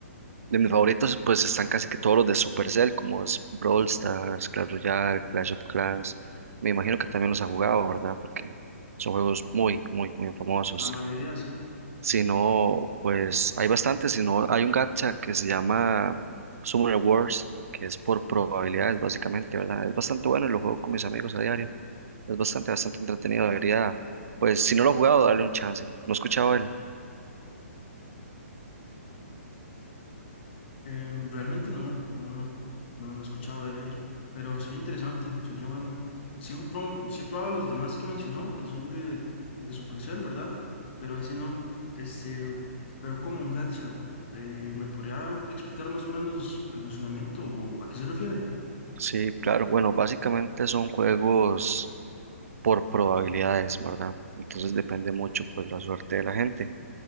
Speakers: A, on the right (about 75°); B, on the left (about 50°).
A: De mis favoritos, pues están casi que todos los de Supercell, como es Brawl Stars, Clash Royale, Clash of Clans. Me imagino que también los ha jugado, ¿verdad? Porque son juegos muy, muy, muy famosos.
B: La mayoría, sí.
A: Si no, pues hay bastantes. Si no, hay un gacha que se llama Summoner Wars, que es por probabilidades, básicamente, ¿verdad? Es bastante bueno y lo juego con mis amigos a diario. Es bastante, bastante entretenido. Debería, pues, si no lo he jugado, darle un chance. No he escuchado él.
B: Em, realmente no, no, no, no, no he escuchado de él, pero sí interesante, se oye bueno. Sí, he pro- sí he probado los demás que mencionó, que son de, de Supercell, ¿verdad? Pero ese no, este, pero como un gacha, eh, ¿me podría explicar más o menos el funcionamiento o a qué se refiere?
A: Sí, claro. Bueno, básicamente son juegos por probabilidades, ¿verdad? Entonces depende mucho, pues, la suerte de la gente.